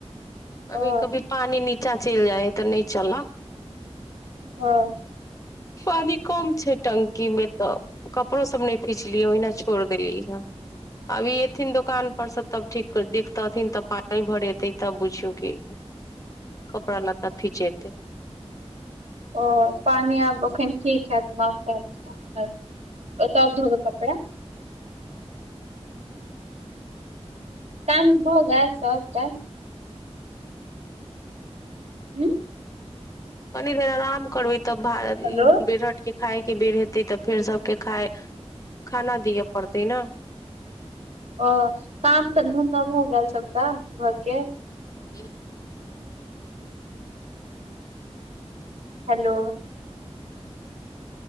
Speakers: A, on the left; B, on the right.
A: कभी
B: ओ
A: कभी पानि नीचाँ चलि जाइ हइ तऽ नहि चलक
B: हँ
A: पानी कम छै टंकी मे तऽ कपड़ो सब नहि फीचलियै ओहिना छोड़ देलियै है अब एथिन दोकान पर से तब ठीक देखतेथिन तब पानि भरेते तब बुझियौ की
B: <unintelligible>
A: कपड़ा लत्ता खिचेतै
B: ओ पानि आब एखन ठीक हत माउंटब ओ तब घोबे कपड़ा
A: कनी
B: काम भग सब तऽ हू
A: कनि देर आराम करबै तब भार
B: हेलो
A: बेरहट के खायके बेर हेतै तऽ फेर सबके खाय खाना दिअ पड़ते ने
B: अ काम तऽ धंधा भ गेल सबटा घरके
A: ह
B: हेलो